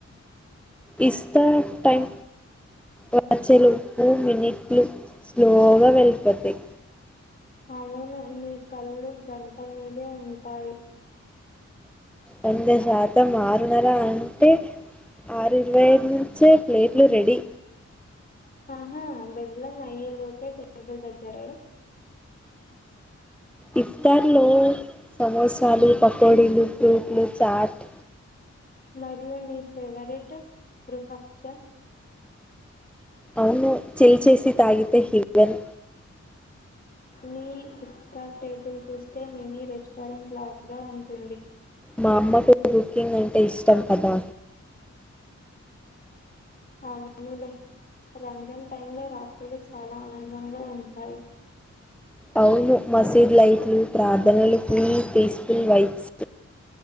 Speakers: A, in the centre; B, on the left.
A: ఇస్తా టైం వచలుపు మినిట్లు స్లోగా వెళ్ళిపోతాయి
B: అవును నీ కళ్ళు గంట మీదే ఉంటాయి
A: వంద శాతం ఆరున్నర అంటే ఆరు ఇరవై ఐదు నుంచే ప్లేట్లు రెడీ
B: ఆహా బెల్లం అయ్య లోపే టేబుల్ దగ్గర
A: ఇఫ్తార్లో సమోసాలు పకోడీలు ఫ్రూట్లు చాట్
B: మరియు మీ ఫేవరెట్ రిహబ్చ
A: అవును చెల్చేసి తాగితే హివన్
B: మీ ఇస్తా టేబుల్ చూస్తే మినీ రెస్టారెంట్ లాగా ఉంటుంది
A: మా అమ్మకు కుకింగ్ అంటే ఇష్టం కదా
B: అవును రంజన్ టై లో రాత్రులు చాలా ఆనందంగా ఉంటాయి
A: అవును మసీద్ లైట్లు ప్రార్థనలు ఫుల్ పీస్ఫుల్ వైబ్స్